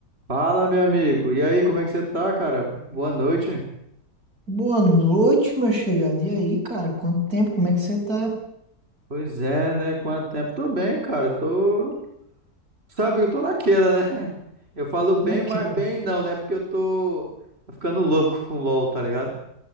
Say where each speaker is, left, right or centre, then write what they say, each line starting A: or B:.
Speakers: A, on the right; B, on the right.
A: Fala, meu amigo. E aí, como é que você tá, cara? Boa noite.
B: Boa noite, meu chegado. E aí, cara? Quanto tempo? Como é que você tá
A: Pois é, né? Quanto tempo? Tô bem, cara. Tô. Sabe, eu tô naquela, né? <laughs> Eu falo bem,
B: naquela?
A: mas bem não, né? Porque eu tô tô ficando louco com LOL, tá ligado?